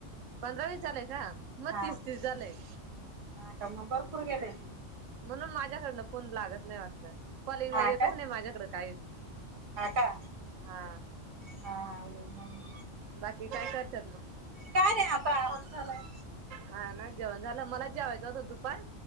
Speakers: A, on the right; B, on the right.
A: पंधरा वीस झालंय का, म
B: हा
A: तीस तीस झालंय.
B: हा का मग भरपूर गेलंय.
A: म्हणून माझ्याकडनं फोन लागत नाही वाटतं. कॉलिंग
B: हा
A: ला येतच
B: का
A: नाही माझ्याकडे काहीच.
B: का
A: हा
B: हा हा येईल मग.
A: बाकी काय करत्यात मंग?
B: काय नाही आता आराम चालू हाये.
A: हा ना जेवण झालं? मला जेवायचं होतं दुपार,